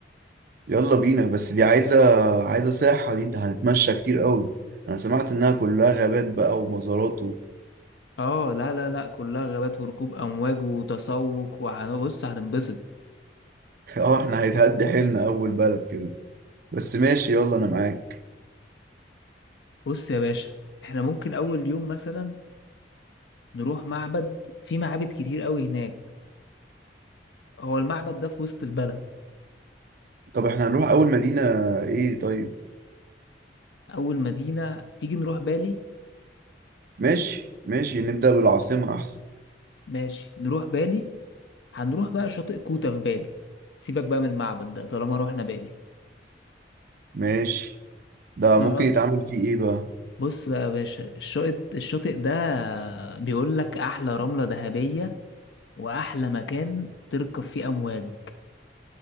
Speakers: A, on the right (about 55°); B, on the left (about 75°).
A: يلا بينا بس دي عايزة عايزة صحة دي انت هنتمشى كتير قوي انا سمعت انها كلها غابات بقى ومزارات و...
B: اه لا لا لا كلها غابات وركوب امواج وتسوق وهنبص هننبسط
A: <laughs> اه احنا هيتهد حيلنا اول بلد كده بس ماشي يلا انا معاك
B: بص يا باشا احنا ممكن اول يوم مثلا نروح معبد في معابد كتير قوي هناك هو المعبد ده في وسط البلد
A: طب احنا هنروح اول مدينة ايه طيب
B: اول مدينة تيجي نروح بالي
A: ماشي ماشي نبدأ بالعاصمة أحسن
B: ماشي نروح بالي هنروح بقى شاطئ كوتا في بالي سيبك بقى من المعبد ده طالما روحنا بالي
A: ماشي ده
B: نقعد
A: ممكن يتعمل فيه إيه بقى
B: بص بقى يا باشا الشاطئ الشاطئ ده بيقول لك احلى رملة ذهبية واحلى مكان تركب فيه امواج